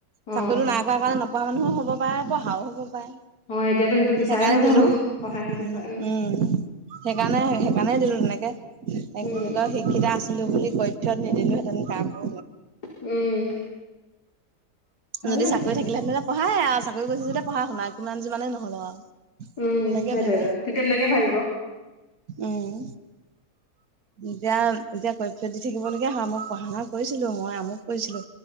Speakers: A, on the left (about 85°); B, on the right (about 65°).
A: অ
B: চাকৰিটো নাই কৰা কাৰণে নপঢ়া মানুহও হ'ব পাৰে পঢ়াও হ'ব পাৰে।
A: অ এতিয়াতো সেইটো বিচাৰে
B: সেইকাৰণে
A: নালাগব
B: দিলো।
A: ন পঢ়াই নপঢ়াই
B: উম। সেইকাৰণে সেইকাৰণে দিলো তেনেকে এ
A: উম
B: কি বুলি কয় শিক্ষিতা আছিলো বুলি কক্ষত নিদিলো হেঁতেন কাকো
A: উম। ভাল
B: যদি
A: লাগিছিলে
B: চাকৰি থাকিলে হেঁতেন পঢ়াই আৰু চাকৰি কৰিছে যদি পঢ়া শুনা কিমান যি মানেই নহ'লো আৰু।
A: উম
B: এনেকে
A: সেইটোৱে
B: ভাবে,
A: ক তেতিয়া তেনেকে ভাবিব
B: উম। এতিয়া এতিয়া কক্ষ দি থাকিব লগা হয়, মই পঢ়া শুনা কৰিছিলো মই আমুক কৰিছিলো।